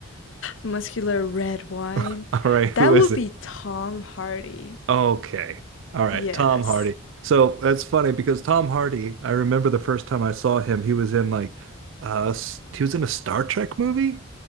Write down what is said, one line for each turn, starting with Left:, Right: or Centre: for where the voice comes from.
Left: muscular red wine?
Right: <laughs> All right, who
Left: That
Right: is
Left: would
Right: it?
Left: be Tom Hardy.
Right: Okay. All right.
Left: Yes.
Right: Tom Hardy. So that's funny because Tom Hardy, I remember the first time I saw him, he was in like uh s- he was in a Star Trek movie